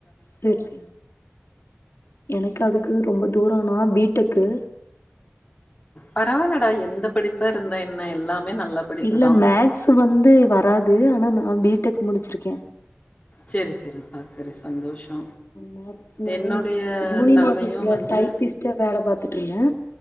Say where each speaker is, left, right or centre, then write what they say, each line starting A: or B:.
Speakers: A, on the left; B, on the left.
A: சரி சரி எனக்கு அதுக்கு ரொம்ப தூரோ நா பீ டெக்கு
B: பரவாலடா எந்த படிப்பா இருந்தா என்ன எல்லாமே நல்ல படிப்பு
A: இல்ல
B: தா
A: மேக்ஸ் வந்து வராது ஆனா நா பீ டெக் முடிச்சிருக்கே
B: சரி சரிப்பா சரி சந்தோஷோ
A: மேக்ஸ்னாவே
B: என்னுடைய
A: யூனியன்
B: தங்கையு
A: ஆஃபிஸ்ல
B: வந்து
A: டைப்பிஸ்ட்டா வேல பாத்துட்ருந்த